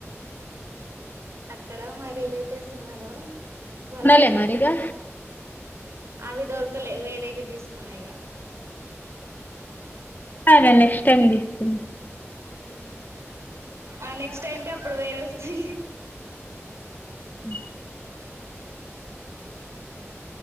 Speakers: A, on the right; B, on the left.
A: అక్కడ మా రిలేటివ్స్ ఉన్నారు వాళ్ళకి
B: ఉండాలే
A: చెప్పిన
B: మరిగా
A: అవి దొరకలే వేరేగా తీసుకున్నయిగా
B: అదే నెక్స్ట్ టైం తీసుకున్నా
A: ఊ ఆ నెక్స్ట్ టైంకి అప్పుడు వేరే వస్తాయి
B: ఉ